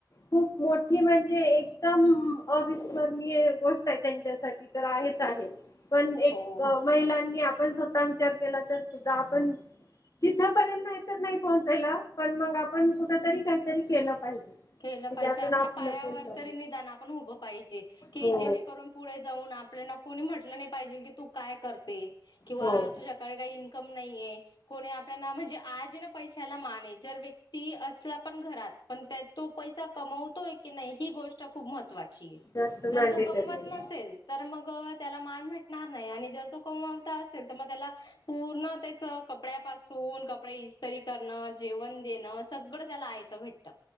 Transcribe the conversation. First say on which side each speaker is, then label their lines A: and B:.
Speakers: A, on the left (about 50°); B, on the left (about 90°).
A: खूप- मोठी म्हणजे एकदम अविस्मरणीय गोष्ट आहे त्यांच्यासाठी तर आहेच आहे. पण एक
B: हो.
A: महिलांनी आपण स्वतः विचार केला तर सुद्धा आपण- तिथपर्यंत नाही तर नाही पोहचायला पण मगं आपण कुठं तरी काहीतरी केलं पाहिजे.
B: केलं
A: कि
B: पाहिजे
A: ज्यातून
B: आपल्या
A: आपलं
B: पायावर
A: पण
B: तरी निदान आपण उभं पाहिजे की
A: हो
B: जेणेकरून पुढे जाऊन. आपल्या. कोणी म्हटलं नाही पाहिजे की तू काय करते किंवा
A: हो
B: तुझ्याकडे काही इन्कम नाहीयं. कोणी आपल्याला म्हणजे आज ना पैशाला मान आहे जर व्यक्ती असला पण घरात पण त्या- तो पैसा कमवतोय की नाही ही गोष्ट खूप महत्त्वाची.
A: जास्त
B: जर
A: मॅनडेटरी
B: तो कमवत
A: आहे.
B: नसेल तरं मगं. त्याला मान भेटणार नाही आणि जर तो कमवता असेल तर मग त्याला पूर्ण त्याच कपड्यापासून. धुण कपडे इस्तरी करणं जेवण देणं सगळं त्याला आयतं भेटतं.